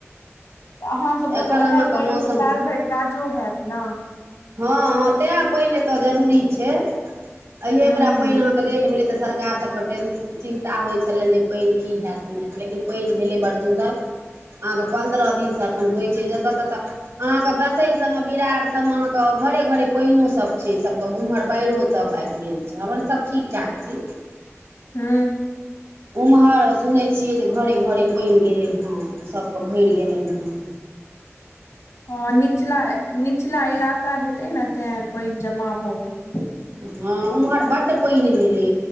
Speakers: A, on the left (about 85°); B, on the right (about 70°).
A: तऽ अहाँसभके
B: छथिन एखन
A: तऽ उएहे
B: अहाँके
A: पैन
B: मौसम
A: स साल भैर काजो हेत ने
B: हँ तैं पैन एतय जरूरी छै अहि
A: हूँ
B: वरा
A: हूँ
B: पैन अहाँके ले ट भेले तऽ सरकार सब क टेन्शन चिन्ता होइ छलनि जे पयन की हैत नहि हैत लेकिन पयन भेलै बडड़ सुन्दर अहाँके पन्द्रह दिनसँ एखन होइ छै जतय ततय अहाँ के बसेई सब मे बिरार सब मे अहाँ के घरे घरे पइनो सब छै सब के उम्हर बैरहो सब आबि गेल छी हमर सब ठिक ठाक छी
A: हू
B: उम्हर सुनै छियै जे घरे घरे पैन गेलै हँ सभ के भरि गेलनि हे
A: हँ निचला निचला इलाका हेतै ने तै पैन जमा भऽ गेल
B: हँ उम्हर बड पईन भेलै